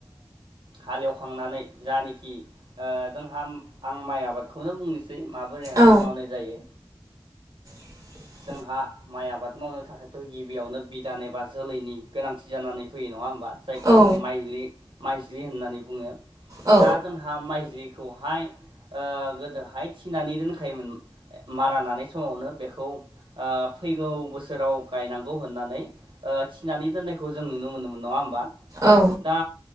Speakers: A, on the right; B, on the right.
A: हालेवखांनानै जानखि जोंहा आं माइ आबादखौनो बुंनोसै माबोरैहाय
B: औ
A: मावनाय जायो
B: <unintelligible>
A: जोंहा माइ आबाद मावनो थाखायथ' गिबियावनो बिदान एबा जोलैनि गोनांथि जानानै फैयो नङा होम जायखौ
B: औ
A: जोंङो माइलि माइज्लि होननानै बुङो
B: औ
A: दा जोंहा माइज्लिखौहाय। गोदोहाय थिनानै दोनखायोमोन मारा नानाय समावनो बेखौ। फैगौ बोसोराव गायनांगौ होननानै। थिनानै दोननायखौ जों नुनो मोनोमोन नङा होमबा?
B: औ।
A: दा